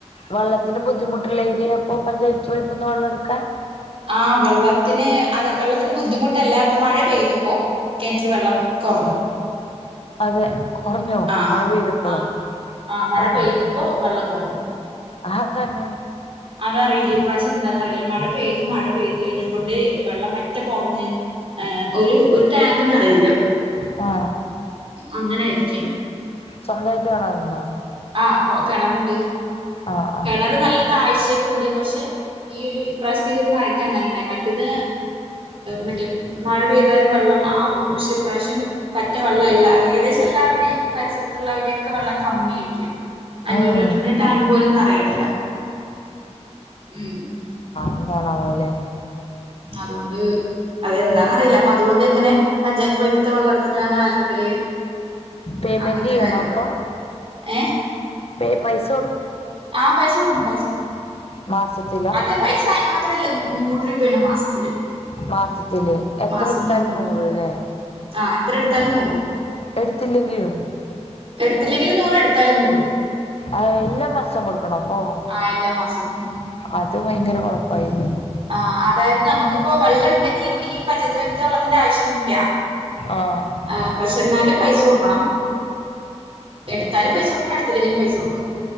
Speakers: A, on the left; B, on the right.
A: വെള്ളത്തിന് ബുദ്ധിമുട്ടില്ല ഇതെ യിപ്പോ പഞ്ചായത്ത് പൈപ്പ് ന്നു വെള്ളം എടുക്കാൻ
B: ആ വെള്ളത്തിന് അത് വെള്ളത്തിന് ബുദ്ധിമുട്ടല്ല അപ്പൊ മഴ പെയ്തപ്പോ കിണറ്റിൽ വെള്ളം കുറഞ്ഞു
A: അതെ കൊറഞ്ഞോ
B: ആഹ്
A: മഴ പെയ്തപ്പോഴോ
B: ആഹ് ആഹ് മഴ
A: ആ
B: പെയ്തപ്പോ
A: ആ
B: വെള്ളം കുറഞ്ഞു
A: അതെന്താങ്ങനെ
B: അതറിയില്ല ഇപ്രാശ്യമ് എന്താന്നറിയില്ല മഴ പെയ്തു മഴ പെയ്തു കഴിഞ്ഞപ്പൊണ്ടേ വെള്ളം പറ്റേ കൊ റഞ്ഞ് ആ ഒരു ഒരു ടാങ്ക് നിറയെ ഐല
A: ആ
B: അങ്ങനായിരിക്കണ്
A: സ്വന്തയായിട്ട് കാണാറുണ്ടോ
B: ആ കൊ കെണറുണ്ട്
A: ആഹ് ആഹ്
B: കെണറ് നല്ല താഴ്ചയൊക്കെ ഉണ്ട് പക്ഷെ ഈയൊരു ഇപ്രാവശ്യത്തെ ഈ ഒരു മഴക്ക് അങ്ങനെ ഉണ്ടായി മറ്റേത് മറ്റേ മഴ പെയ്താലും വെള്ളം ആവും കിണർ നല്ല തയ്ച്ചക്കുണ്ട് പക്ഷെ ഇപ്രാവശ്യം പറ്റ വെള്ളം അല്ല ഏകദേശം എല്ലാരുടെയും എല്ലാരുടെയും പരിസരത്തുള്ളവരുടെയൊക്കെ വെള്ളം കമ്മിയി ശഓെ <unintelligible> അഞ്ഞൂറ്
A: ഉം
B: ലിറ്ററിന്റെ ടാങ്ക് പോലും നെറയണില്ല ഉം
A: എന്താാണ് ഓലെ
B: അതുകൊണ്ട് അതെന്താന്ന റിയില്ല അപ്പൊ അതുകൊണ്ട് ഇങ്ങനെ പഞ്ചായത്ത് പൈപ്പത്തെ വെള്ളം എടുത്തിട്ടാണ് അലക്കല്
A: പേമെന്റ്
B: അങ്ങനത്തെ
A: ചെയ്യണോ
B: കാര്യങ്ങളൊക്കെ
A: അപ്പോ
B: ഏഹ്
A: പേ പൈസ്
B: ആ പൈസ കൊടുക്കണം പൈസ കൊടുക്കണം
A: മാസത്തിലോ
B: അത് പൈസ അയിന്മാത്രില്ലൊന്നും നൂറ് രൂപയാണ് മാസത്തില്
A: മാസത്തില് എത്രെടുത്താലും
B: മാസം രൂപ
A: നൂറ് അല്ലേ
B: ആഹ് എത്ര എടുത്താലും നൂറ്
A: എടുത്തില്ലെങ്കിലും
B: എടുത്തില്ലെങ്കിൽ നൂറ് എടുത്താലും നൂറ്
A: അ എല്ലാ മാസം കൊടുക്കും കൊടുക്കണം ഓ
B: ആ എല്ലാ മാസവും ഉം.
A: അത് ഭയങ്കര കുഴപ്പായില്ല
B: ആ അതായത് നമുക്കിപ്പോ വെള്ളം ഉണ്ടെങ്കി ഈ പഞ്ചായത്ത്പൈപ്പ് വെള്ളത്തിന്റെ ആവശ്യം ഇല്ല
A: ആഹ്
B: ആ പക്ഷെ എന്നാലും പൈസ കൊടുക്കണം എടുത്താലും പൈസ കൊടുക്കണം എടുത്ത എടുത്തിലെങ്കിലും പൈസ കൊടുക്കണം